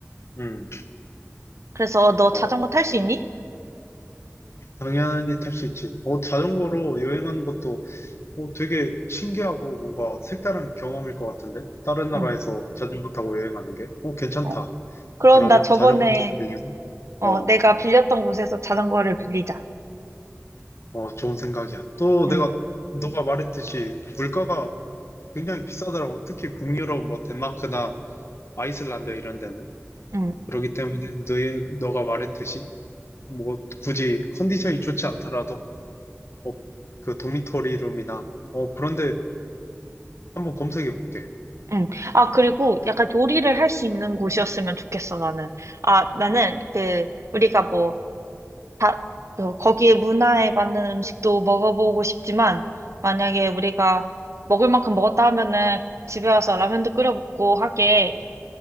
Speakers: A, on the left (about 60°); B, on the right (about 70°).
A: 음,
B: 그래서 너
A: 어,
B: 자전거 탈 수 있니?
A: 당연히 탈 수 있지. 어, 자전거로 여행하는 것도 어, 되게 신기하고 뭔가 색다른 경험일 것 같은데? 다른 나라에서
B: 응.
A: 자전거 타고 여행하는 게? 어, 괜찮다.
B: 어. 그럼
A: 그러면
B: 나 저번에
A: 자전거도 빌리고,
B: 어,
A: 어,
B: 내가 빌렸던 곳에서 자전거를 빌리자.
A: 어, 좋은 생각이야. 또
B: 응.
A: 내가, 너가 말했듯이 물가가 굉장히 비싸더라고. 특히 북유럽, 뭐, 덴마크나 아이슬란드 이런 데는.
B: 응.
A: 그렇기 때문에 너의, 너가 말했듯이, 뭐, 굳이 컨디션이 좋지 않더라도, 어, 그 도미토리 룸이나, 어, 그런데 한번 검색해 볼게.
B: 응. 아, 그리고 약간 요리를 할 수 있는 곳이었으면 좋겠어, 나는. 아, 나는 그 우리가 뭐 다, 어, 거기에 문화에 맞는 음식도 먹어보고 싶지만, 만약에 우리가 먹을 만큼 먹었다 하면은 집에 와서 라면도 끓여 먹고 하게